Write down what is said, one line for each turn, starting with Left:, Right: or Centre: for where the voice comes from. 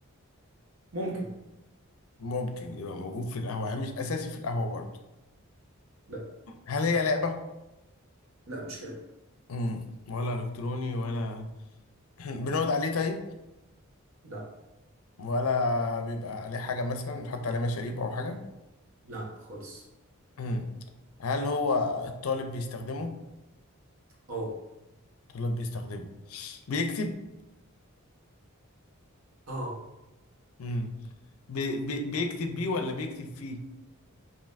Right: ممكن
Left: ممكن يبقى موجود في القهوة يعني مش أساسي في القهوة برضه
Right: لا
Left: هل هي لعبة؟
Right: لا مش لعب
Left: مم. ولا إلكتروني ولا <laughs> <clears throat> بنقعد عليه طيب؟
Right: لا
Left: ولا بيبقى عليه حاجة مثلا نحط عليه مشاريب أو حاجة
Right: لا خالص
Left: امم هل هو الطالب بيستخدمه؟
Right: اه
Left: الطالب بيستخدمه بيكتب
Right: اه
Left: مم. بي بي بيكتب بيه ولا بيكتب فيه؟